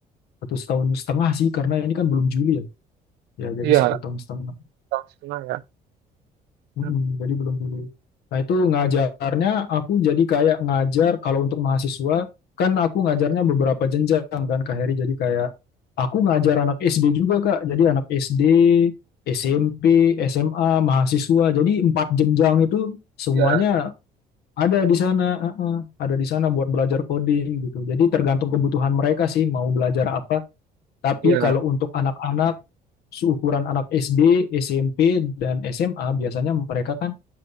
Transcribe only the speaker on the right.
iya
tahun setengah ya
Hmm.
iya
iya